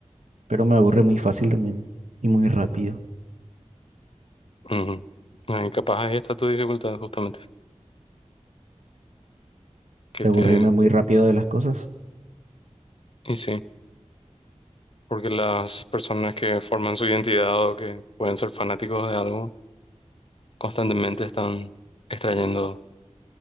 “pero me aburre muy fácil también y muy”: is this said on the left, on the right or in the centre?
Right